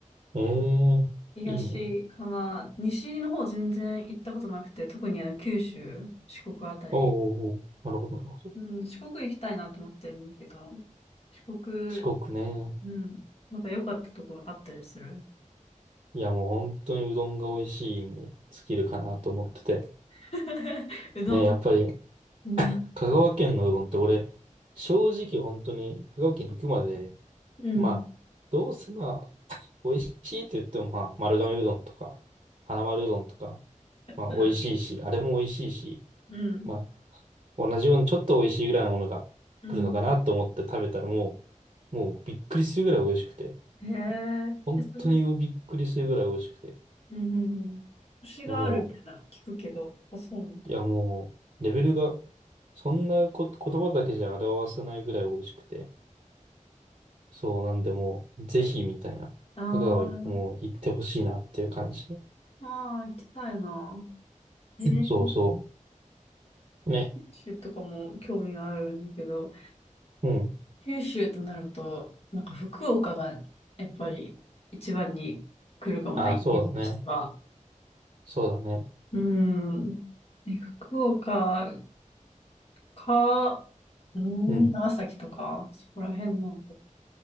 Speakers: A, on the right; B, on the left.
A: ええいいね。
B: 東かな。西の方全然行ったことなくて、特にあの九州、四国あたり。
A: おうおうおう。なるほど、なるほど。
B: うん、四国行きたいなと思ってるんだけど、四国、
A: 四国ね。
B: うん、なんか良かったところあったりする
A: いやもう本当にうどんが美味しいに尽きるかなと思ってて。
B: <laughs> うどん。
A: ね、やっぱり
B: うん。
A: 香川県のうどんって俺、正直本当に香川県行くまで、
B: うん。
A: まあ、どうせまあ、美味しいって言ってもまあ、丸亀うどんとか、花丸うどんとか、まあ美味しいし、
B: うん。
A: あれも美味しいし、
B: うん。
A: まあ、同じようにちょっと美味しいぐらいのものが来るのかなと思って食べたらも
B: うん
A: う、もうびっくりするぐらい美味しくて、
B: へえ。
A: 本当にびっくりするぐらい美味しくて、
B: え、それ、うんうんうん。星があるみたいな、
A: いやもう、
B: 聞くけど、あ、そうなんだ。
A: いや、もう、レベルが、そんなこ、言葉だけじゃ表せないぐらい美味しくて。そう、なんでもう、ぜひ、みたいな。
B: あ
A: 香川に、もう、行ってほしいなっていう感じ。
B: あ、ああ、行きたいな。えー、
A: そうそう。ね。
B: 九州とかも興味があるんだけど、
A: うん。
B: 九州となると、なんか福岡がやっぱり一番に来るかもな、
A: ああ、
B: イメージとしては。
A: そうだね。そうだね。
B: うん。で福岡か、うん、
A: うん。
B: 長崎とか、そこら辺なのか。